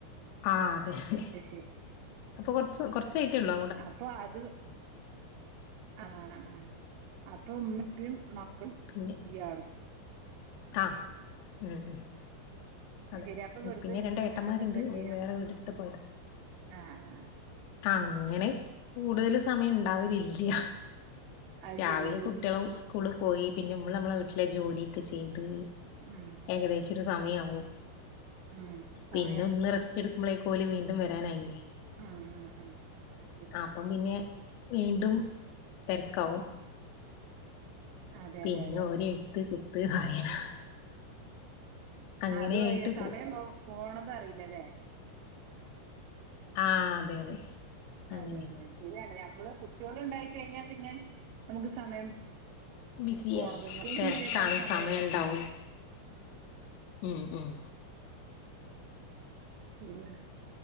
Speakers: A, on the left; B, on the right.
A: ആ ഹഅതെ അതെ
B: അയ് ശരി
A: അപ്പൊ കുറച്ച് കുറച്ച് കൊറച്ചായിട്ടൊള്ളു
B: അപ്പൊ അത് ആഹ് ആഹ് അപ്പൊ ഉമ്മ ഇപ്പിം മക്കളും
A: പിന്നെ
B: ഇഴാളും
A: ആഹ് ഉം ഉം
B: അത്
A: അതെ
B: ശരി അപ്പൊ വെറുതെ
A: പിന്നെ
B: ഇരിക്കുന്ന
A: രണ്ട് ഏട്ടന്മാരുണ്ട്
B: സമയത്തൊക്കെ എന്താ ചെയ്യാ
A: ഓര് വേറെ വീടെടുത്ത് പോയത്
B: ആ ആ
A: അങ്ങനെ കൂടുതല് സമയം ഇണ്ടാവലില്ല
B: അത്
A: രാവിലെ
B: ശരി വീട്ടിൽ
A: കുട്ടികളും സ്കൂള് പോയി പിന്നെ നമ്മള് നമ്മളെ വീട്ടിലെ ജോലിയൊക്കെ ചെയ്ത്
B: ഉം
A: ഏകദേശം ഒരു സമയാവും
B: ഉം
A: പിന്നെ
B: സമയം
A: ഒന്ന് റെസ്റ്റ് എടുക്കുമ്പോളേക്കും ഓല് വീണ്ടും വരാനായില്ലേ
B: ഉം ഉം ഉം അത് ശരി
A: അപ്പം പിന്നെ വീണ്ടും തരക്കാവും
B: അതെ
A: പിന്നെ
B: അതെ അതെ അതെ
A: ഒര് എഴുത്ത് കുത്ത് വായന അങ്ങനെ
B: അതുവായി
A: ആയിട്ട്
B: സമയം
A: പോവും
B: പോ പോണത് അറിയില്ലല്ലേ
A: ആഹ അതെ അതെ അങ്ങനെ
B: അതെ അതെ ശരിയാണ് നമ്മള് കുട്ടികള് ഉണ്ടായി കഴിഞ്ഞാ പിന്നെ നമുക്ക് സമയം
A: ബിസിയായി
B: പോണതൊന്നും പിന്നെ
A: തരക്കാണ്
B: ഒരുപാട് സമയമുള്ള
A: സമയം ഉണ്ടാവൂല
B: പോലെ
A: ഉം ഉം
B: ശരിയാണ്